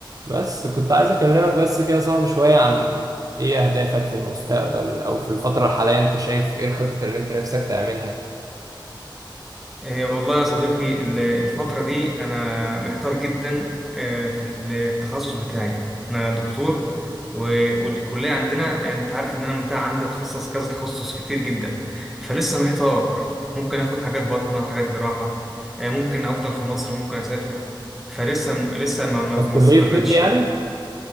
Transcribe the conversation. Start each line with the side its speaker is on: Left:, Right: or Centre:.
Right: بس كنت عايز اكلمك بس كده يا صاحبي شوية عن ايه اهدافك في المستقبل او في الفترة الحالية انت شايف ايه الخطط اللي انت نفسك تعملها
Centre: آه، والله يا صديقي ال- الفترة دي أنا محتار جدا آه، في التخصص بتاعي أنا دكتور و- والكلية عندنا أنت عارف إن أنا متاح عندي أتخصص كذا تخصص كتير جدا فلسه محتار ممكن آخد حاجات باطنة حاجات جراحة آه، ممكن أفضل في مصر ممكن أسافر فلسه م- لسه ما ما
Right: انت في
Centre: ما
Right: كلية
Centre: استقرتش
Right: طب يعني